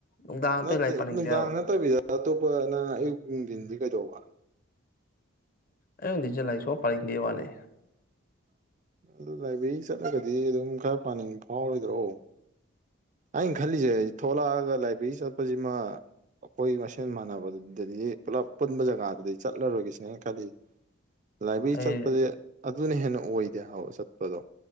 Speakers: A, on the left (about 40°); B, on the right (about 35°).
A: ꯅꯨꯡꯗꯥꯡ ꯑꯇꯩ
B: ꯅꯠꯇꯦ
A: ꯂꯥꯏꯔꯤꯛ ꯄꯥꯅꯤꯡꯗꯦꯕ
B: ꯅꯨꯡꯗꯥꯡ ꯅꯇꯕꯤꯗ ꯑꯇꯣꯞꯄ ꯅꯪ ꯑꯌꯨꯛ ꯅꯨꯡꯗꯤꯟꯗꯤ ꯀꯩꯗꯧꯕ
A: ꯑꯌꯨꯛ ꯅꯨꯗꯤꯖꯦ ꯂꯥꯢꯔꯤꯛ ꯁꯨꯛꯄꯥ ꯄꯥꯅꯤꯡꯗꯦ ꯋꯥꯅꯦ
B: ꯑꯗꯨ ꯂꯥꯏꯕ꯭ꯔꯦꯔꯤ ꯆꯠꯂꯒꯗꯤ ꯑꯗꯨꯝ ꯈꯔ ꯄꯥꯅꯤꯡꯕ ꯐꯥꯎꯔꯣꯏꯗ꯭ꯔꯣ ꯑꯩꯅ ꯈꯜꯂꯤꯁꯦ ꯊꯣꯛꯂꯛꯑꯒ ꯂꯥꯏꯕ꯭ꯔꯦꯔꯤ ꯆꯠꯄꯁꯤꯃ ꯑꯈꯣꯏ ꯃꯁꯦꯟ ꯃꯥꯟꯅꯕꯗꯨꯗꯗꯤ ꯄꯨꯂꯞ ꯄꯨꯟꯕ ꯖꯒꯥꯗꯨꯗꯤ ꯆꯠꯂꯔꯣꯏꯒꯦꯁꯤꯅꯦ ꯑꯩ ꯈꯜꯂꯤꯖꯦ ꯂꯥꯏꯕ꯭ꯔꯦꯔꯤ
A: ꯑꯩ
B: ꯆꯠꯄꯖꯦ ꯑꯗꯨꯅ ꯍꯦꯟꯅ ꯑꯣꯏꯗꯦ ꯍꯥꯕ ꯆꯠꯄꯗꯣ